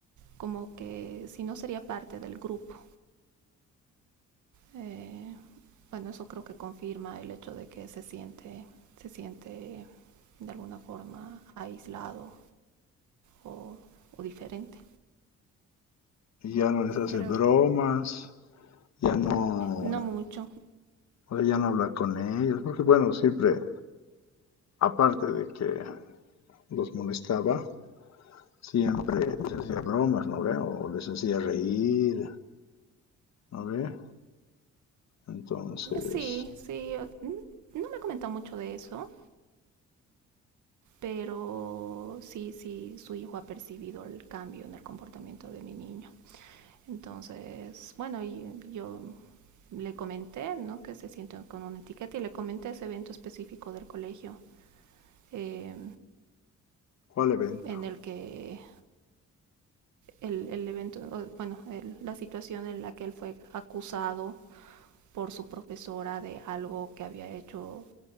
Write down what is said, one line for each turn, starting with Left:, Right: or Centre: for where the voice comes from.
Right: como que si no sería parte del grupo. Eh, bueno, eso creo que confirma el hecho de que se siente, se siente de alguna forma aislado o, o diferente,
Left: ya no les hace
Right: creo.
Left: bromas, ya no,
Right: No mucho.
Left: ya no habla con ellos, porque bueno, siempre, aparte de que los molestaba, siempre les hacía bromas, ¿no ve? O les hacía reír, ¿no ve? Entonces,
Right: Sí, sí, no me ha comentado mucho de eso, pero sí, sí, su hijo ha percibido el cambio en el comportamiento de mi niño. Entonces, bueno, y yo le comenté, ¿no? Que se siente con una etiqueta y le comenté ese evento específico del colegio, eh,
Left: ¿cuál evento?
Right: en el que el, el evento, bueno, el- la situación en la que él fue acusado por su profesora de algo que había hecho